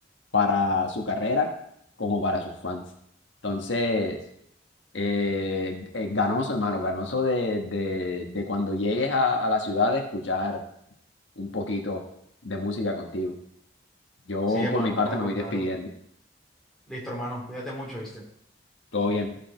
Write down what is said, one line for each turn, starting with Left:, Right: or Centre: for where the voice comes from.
Left: para su carrera como para sus fans. Entonces, eh, eh, ganoso, hermano, ganoso de, de, de cuando llegues a, a la ciudad de escuchar un poquito de música contigo. Yo
Centre: Sí, hermano,
Left: por mi parte
Centre: claro,
Left: me voy
Centre: claro.
Left: despidiendo.
Centre: Listo, hermano, cuídate mucho, ¿viste?
Left: Todo bien.